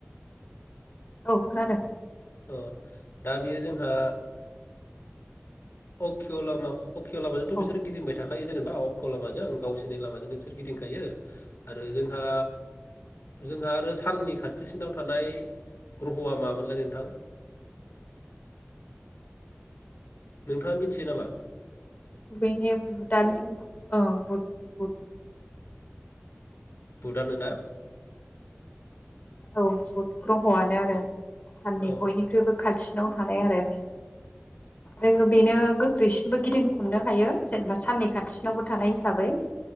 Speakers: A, on the left; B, on the left.
A: औ खोनादों।
B: अ दा बेयो जोंहा अक्ष लामा अक्ष लामाजोंथ
A: औ
B: बिसोर गिदिंबाय थाखायो जेनेबा अक्ष लामाजों गावसोरनि लामाजोंनो बिसोर गिदिंखायो। आरो जोंहा। जोंहा आरो साननि खाथिसिनाव थानाय ग्रहआ मामोनलाय नोंथां? नोंथाङा मिथियो नामा?
A: बे भुटान बुध औ बुध बुध।
B: बुधानो ना?
A: औ बुध। ग्रहआनो आरो साननि
B: औ
A: बयनिख्रुइबो खाथिसिनाव थानाय आरो आरो बेनो। दैसिनबो गिदिं खननो हायो जेनेबा साननै खाथिसिनावबो थानाय हिसाबै।